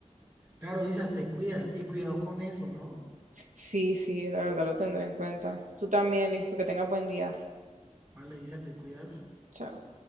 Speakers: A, on the right; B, on the right.
A: Claro, Isa, te cuidas y cuidado con eso, ¿no?
B: Sí, sí, la verdad lo tendré en cuenta. Tú también, listo, que tengas buen día.
A: Vale, Isa, te cuidas.
B: Chao.